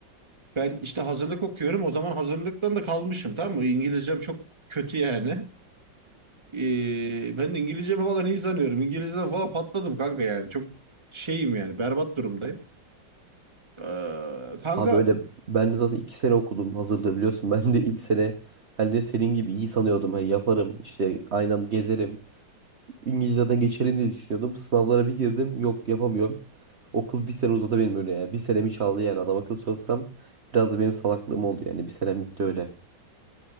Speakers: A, on the right; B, on the right.
A: Ben işte hazırlık okuyorum. O zaman hazırlıktan da kalmışım tamam mı? İngilizcem çok kötü yani. Ee, ben de İngilizcemi falan iyi sanıyorum. İngilizceden falan patladım kanka yani. Çok şeyim yani. Berbat durumdayım. Ee, kanka
B: Abi böyle ben de zaten iki sene okudum hazırlığı biliyorsun. <laughs> Ben de ilk sene ben de senin gibi iyi sanıyordum. Hani yaparım işte aynı anda gezerim. İngilizce zaten geçelim diye düşünüyordum. Sınavlara bir girdim. Yok yapamıyorum. Okul bir sene uzadı benim öyle ya. Bir senemi çaldı yani. Adam akıl çalışsam biraz da benim salaklığım oldu yani. Bir senem gitti öyle.